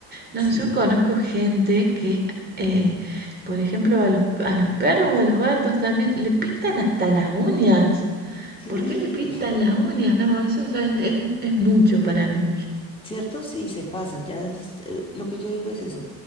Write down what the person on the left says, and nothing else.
Sí,
sí,
cierto, sí, se pasan. Ya es, eh, lo que yo digo es eso,